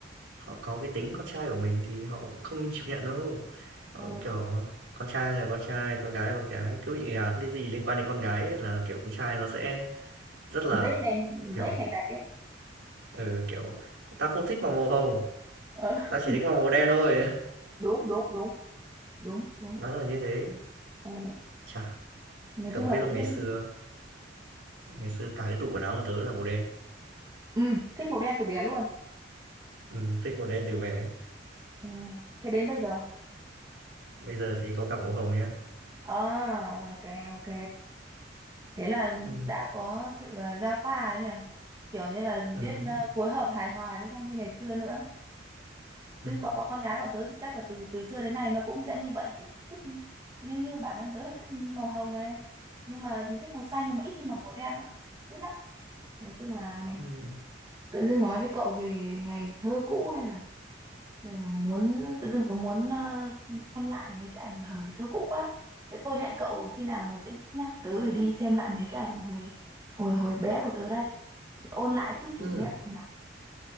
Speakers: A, on the right (about 75°); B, on the right (about 20°).
A: Họ có cái tính con trai của mình thì họ cũng không chịu nhận đâu. Họ,
B: ừ.
A: kiểu, con trai là con trai, con gái là con gái, cứ bị gán cái gì liên quan đến con gái ấy là, kiểu, con trai nó sẽ rất là,
B: dãy này
A: kiểu,
B: dãy này đặc ấy
A: ừ, kiểu, "Tao không thích màu màu hồng,
B: Ờ, <laughs>
A: tao chỉ thích màu màu đen thôi." <laughs>
B: đúng đúng đúng đúng đúng
A: Nó là như thế.
B: ừ.
A: chả
B: nói
A: cậu
B: chung
A: biết
B: là tự
A: không, ngày
B: dưng
A: xưa ngày xưa cả cái tủ quần áo của tớ là màu đen.
B: ừ, thích màu đen từ bé luôn
A: Ừm, thích màu đen từ bé,
B: ừ. thế đến bây giờ
A: bây giờ thì có cả màu hồng nha.
B: à ok ok thế là
A: ừ
B: đã có sự ờ, giao thoa ấy nhỉ kiểu như là
A: ừ
B: biết ờ, phối hợp hài hòa chứ không như ngày xưa nữa chứ
A: ừ
B: bọn bọn con gái bọn tớ thì chắc là từ từ xưa đến nay nó cũng sẽ như vậy kiểu thích như như bản thân tớ là thích màu hồng này nhưng mà thích màu xanh nhưng mà ít khi mặc màu đen lắm ít lắm nói chung là
A: ừ
B: tự dưng nói với cậu về ngày thơ cũ đây là rồi muốn tự dưng tớ muốn ờ, xem lại mấy cái ảnh thời thơ cũ quá. Thế tôi hẹn cậu khi nào nói chuyện tiếp nhá. Tớ phải đi xem lại mấy cái ảnh hồi hồi hồi bé của tớ đây. Để ôn lại chút kỷ
A: ừm.
B: niệm nào.